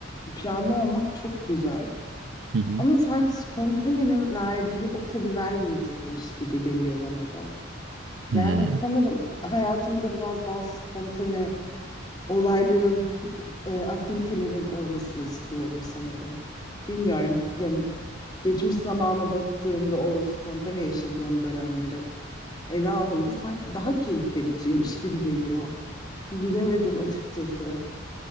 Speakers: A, on the left; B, on the right.
A: planlı olmak çok güzel.
B: Hı hı.
A: Ama sanki spontanenin verdiği o tadı vermeyecekmiş gibi geliyor bana da.
B: Hmm.
A: Yani sanırım hayatımda biraz daha spontane olayların, e, aktivitelerin olmasını istiyorum sanırım. Bilmiyorum yani geçmiş zamana baktığımda o spontane yaşadığım dönemleri ele aldığımda sanki daha keyif vericiymiş gibi geliyor. Bilemedim açıkçası.